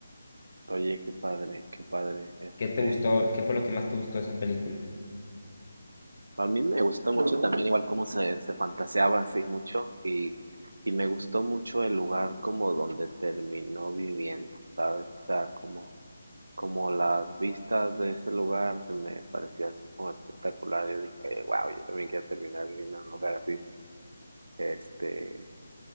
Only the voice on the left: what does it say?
¿Qué te gustó? ¿Qué fue lo que más te gustó de esa película?